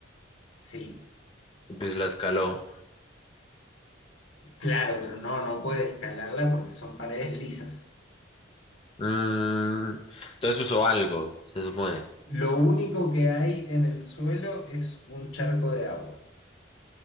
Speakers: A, on the left; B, on the left.
A: sí,
B: Y pues la escaló.
A: claro, pero no, no puede escalarla porque son paredes lisas.
B: Mm, entonces usó algo, se supone.
A: Lo único que hay en el suelo es un charco de agua.